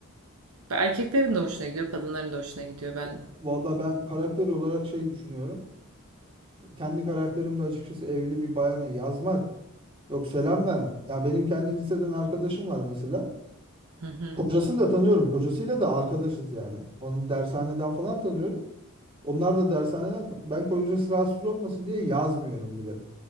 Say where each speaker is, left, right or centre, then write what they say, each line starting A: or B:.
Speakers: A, on the right (about 80°); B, on the right (about 25°).
A: Erkeklerin de hoşuna gidiyor, kadınların da hoşuna gidiyor. Ben
B: Ya, vallahi ben karakter olarak şey düşünüyorum. Kendi karakterimde açıkçası evli bir bayana yazmak. Yok selam verme. Ya benim kendi liseden arkadaşım var mesela.
A: hı hı
B: Kocasını da tanıyorum. Kocasıyla da arkadaşız yani. Onu dershaneden falan tanıyorum. Onlar da dershaneden ben kocası rahatsız olmasın diye yazmıyorum bile.